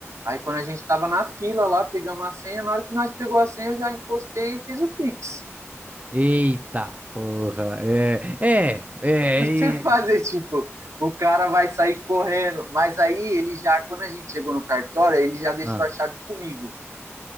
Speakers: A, on the right; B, on the right.
A: Aí quando a gente tava na fila lá, pegamos a senha, na hora que nós pegou a senha, eu já encostei e fiz o Pix.
B: Eita porra, é, é, é.
A: <laughs> Eu não
B: e-
A: sei o que fazer, tipo, o cara vai sair correndo. Mas aí ele já, quando a gente chegou no cartório, ele já deixou
B: Ah,
A: a chave comigo,